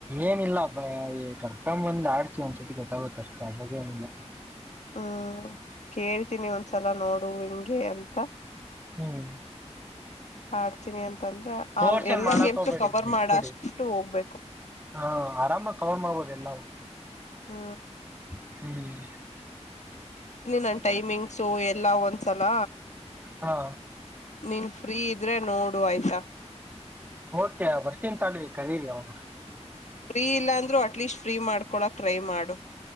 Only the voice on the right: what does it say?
ಏನಿಲ್ಲ ಬ್ಬ ಈ ಕರ್ಕೊಂಡ್ ಬಂದ್ ಆಡ್ಸಿ ಒಂದ್ಸತಿ ಗೊತ್ತಾಗುತ್ತೆ <unintelligible> ಏನಿಲ್ಲ
ಹ್ಮ್
ಫೋರ್ಸ್
ಏನ್
ಮಾಡಕ್
ಹೋಗ್ಬೇಡಿ
ಬಿಟ್ಬಿಡಿ
ಹಾ ಆರಾಮಾಗ ಕವರ್ ಮಾಡ್ಬೋದು ಎಲ್ಲವು
ಹ್ಮ್
ಹಾ
ಓಕೆ ಬರ್ತೀನ ತಾಳಿ ಕರೀರಿ ಅವಾಗ